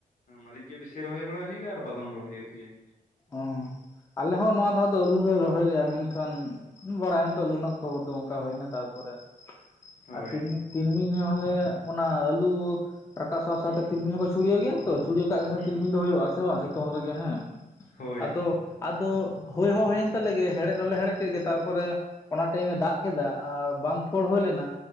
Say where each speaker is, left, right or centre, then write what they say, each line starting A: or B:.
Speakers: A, on the left; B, on the left.
A: ᱢᱟᱹᱨᱤᱡ ᱜᱮ ᱵᱮᱥᱤ ᱨᱚᱦᱚᱭ ᱵᱟᱲᱟ ᱦᱩᱭᱩᱜ ᱜᱮᱭᱟ ᱟᱨ ᱵᱟᱫᱟᱢ ᱨᱚᱦᱚᱭ ᱦᱩᱭᱩᱜ ᱜᱮᱭᱟ᱾
B: ᱚᱸ ᱟᱞᱮ ᱦᱚᱸ ᱱᱚᱣᱟ ᱫᱷᱟᱣ ᱫᱚ ᱟᱹᱞᱩ ᱞᱮ ᱨᱚᱦᱚᱭ ᱞᱮᱜᱼᱟ ᱢᱮᱱᱠᱷᱟᱱ ᱵᱟᱲᱟᱭᱟᱢ ᱛᱚ ᱟᱞᱩ ᱨᱮᱱᱟᱜ ᱠᱷᱚᱵᱚᱨ ᱫᱚ ᱚᱱᱠᱟ ᱦᱩᱭᱱᱟ ᱛᱟᱨᱯᱚᱨᱮ
A: ᱦᱳᱭ
B: ᱟᱨ ᱛᱤᱞ ᱛᱤᱞᱢᱤᱧ ᱦᱚᱞᱮ ᱚᱱᱟ ᱟᱹᱞᱩ ᱨᱟᱠᱟᱵ ᱥᱟᱶ ᱥᱟᱶᱛᱮ
A: ᱦᱩᱸ
B: ᱛᱤᱞᱢᱤᱧ ᱦᱚᱸᱠᱚ ᱪᱷᱩᱲᱭᱟᱹᱣ ᱜᱮᱭᱟ ᱛᱚ ᱪᱷᱩᱲᱭᱟᱹᱣ ᱠᱟᱜ ᱠᱷᱟᱱ
A: ᱦᱩᱸ
B: ᱛᱤᱞᱢᱤ ᱫᱚ ᱦᱩᱭᱩᱜᱼᱟ ᱥᱮ ᱵᱟᱝ ᱥᱤᱛᱩᱝ ᱨᱮᱜᱮ ᱦᱮᱸ ᱾
A: ᱦᱳᱭ
B: ᱟᱫᱚ ᱟᱫᱚ ᱦᱩᱭ ᱦᱚᱸ ᱦᱩᱭᱮᱱ ᱛᱟᱞᱮ ᱜᱮ ᱦᱮᱲᱦᱮᱫ ᱦᱚᱞᱮ ᱦᱮᱲᱦᱮᱫ ᱠᱮᱫ ᱜᱮ ᱛᱟᱨᱯᱚᱨᱮ ᱚᱱᱟ ᱴᱟᱭᱤᱢᱮ ᱫᱟᱜᱽ ᱠᱮᱫᱟ ᱟᱨ ᱵᱟᱝ ᱯᱷᱟᱹᱲ ᱦᱩᱭ ᱞᱮᱱᱟ